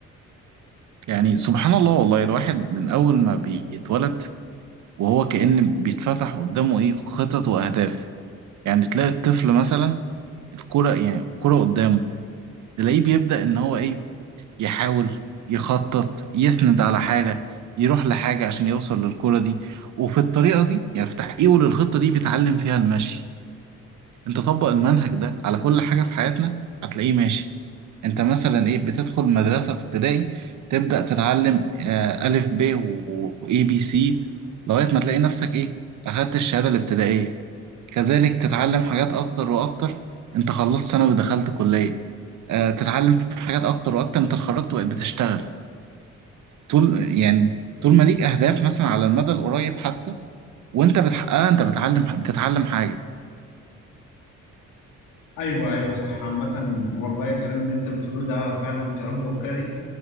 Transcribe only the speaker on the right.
يعني سبحان الله والله الواحد من أول ما بيتولد وهو كأن بيتفتح قدامه إيه خطط وأهداف يعني تلاقي الطفل مثلا الكرة يعني الكرة قدامه تلاقيه بيبدأ إن هو إيه يحاول يخطط يسند على حاجة يروح لحاجة عشان يوصل للكرة دي وفي الطريقة دي يعني في تحقيقه للخطة دي بيتعلم فيها المشي انت طبق المنهج ده على كل حاجة في حياتنا هتلاقيه ماشي انت مثلا ايه بتدخل مدرسة في ابتدائي تبدأ تتعلم آه، ألف ب وإي بي سي لغاية ما تلاقي نفسك ايه أخدت الشهادة الابتدائية كذلك تتعلم حاجات أكتر وأكتر انت خلصت ثانوي ودخلت كلية آه، تتعلم حاجات أكتر وأكتر انت اتخرجت وبقيت بتشتغل طول يعني طول ما ليك أهداف مثلا على المدى القريب حتى وانت بتحققها انت بتعلم بتتعلم حاجة